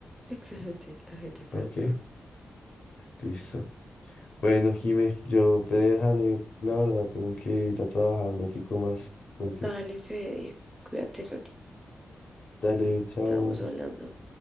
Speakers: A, in the centre; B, on the left.
A: Excelente, la gente está
B: ok,
A: de acuerdo.
B: listo. Bueno, Jime, yo te dejaré, la verdad, tengo que ir a trabajar un ratico más. Entonces,
A: Dale, Fede, cuídate ratito.
B: dale, chao.
A: Estamos hablando